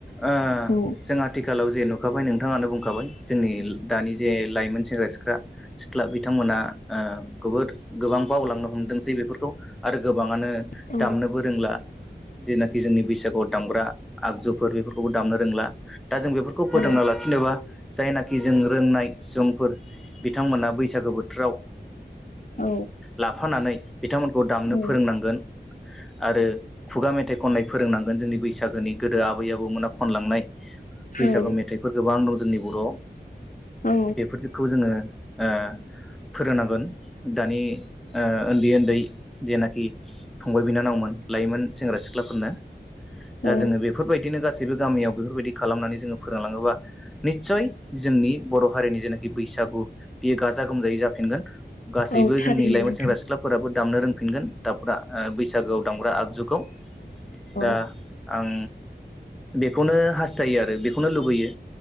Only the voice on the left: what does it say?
औ
औ
औ
औ
औ
औ
औ
औ
औ थारैनो
नोंथां।
औ